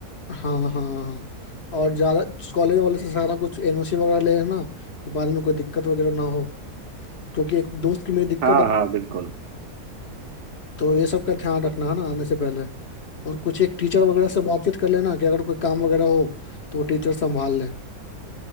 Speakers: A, on the left (about 45°); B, on the right (about 55°).
A: हाँ हाँ हाँ। हाँ। और ज़्यादा कॉलेज वाले से सारा कुछ एनओसी वगैरह ले लेना कि बाद में कोई दिक्कत वगैरह ना हो क्योंकि एक दोस्त की मेरी दिक्कत
B: हाँ
A: आ-
B: हाँ बिल्कुल
A: तो ये सब का ध्यान रखना है ना आने से पहले और कुछ एक टीचर वगैरह से बातचीत कर लेना कि अगर कोई काम वगैरह हो तो वो टीचर संभाल ले